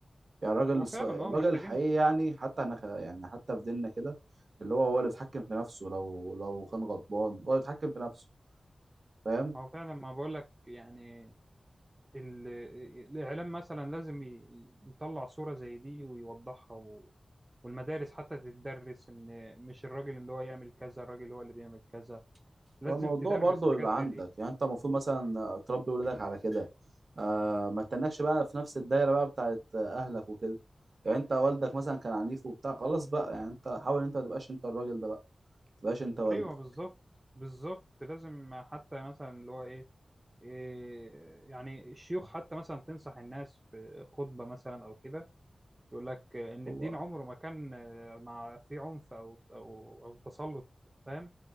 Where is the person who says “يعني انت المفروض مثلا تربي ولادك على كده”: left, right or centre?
Right